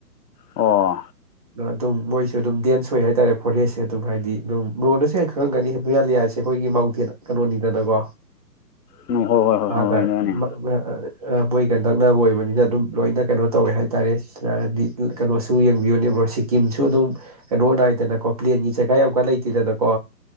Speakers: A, on the left (about 75°); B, on the right (about 25°).
A: ꯑꯣ꯫
B: ꯗꫭ ꯑꯗꯨꯝ ꯃꯣꯏꯁꯨ ꯑꯗꯨꯝ ꯗꯦꯟꯁ ꯑꯣꯏ ꯍꯥꯏꯇꯥꯔꯦ ꯐꯣꯔꯦꯁꯁꯦ ꯑꯗꯨꯝ ꯍꯥꯏꯗꯤ ꯑꯗꯨꯝ ꯕ꯭ꯔꫭꯅ ꯁꯦꯟ ꯈꯪꯉꯝꯒꯅꯤ ꯍꯦꯃꯥꯂꯤꯌꯥꯁꯦ ꯑꯩꯈꯣꯏꯒꯤ ꯃꯥꯎꯟꯇꯦꯟ ꯀꯩꯅꯣꯅꯤꯗꯅꯀꯣ꯫
A: ꯎꯝ ꯍꯣꯏ ꯍꯣꯏ ꯍꯣꯏ
B: ꯃꯥꯒ
A: ꯍꯣꯏ ꯍꯣꯏꯅꯦ
B: <unintelligible> ꯑ ꯃꯣꯏꯒ ꯅꯛꯅꯕ ꯑꯣꯏꯕꯅꯤꯅ ꯑꯗꯨꯝ ꯂꯣꯏꯅ ꯀꯩꯅꯣ ꯇꯧꯋꯦ ꯍꯥꯏꯇꯥꯔꯦꯗꯤ <unintelligible> ꯀꯩꯅꯣꯁꯨ ꯌꯦꯡꯕꯤꯌꯨꯅꯦ ꯕ꯭ꯔꯣ ꯁꯤ ꯀꯤꯝꯁꯨ ꯑꯗꯨꯝ ꯀꯩꯅꯣ ꯅꯥꯏꯗꯅꯀꯣ ꯄ꯭ꯂꯦꯟꯒꯤ ꯖꯒꯥ ꯌꯥꯝ ꯀꯟ ꯂꯩꯇꯦꯗꯅꯀꯣ꯫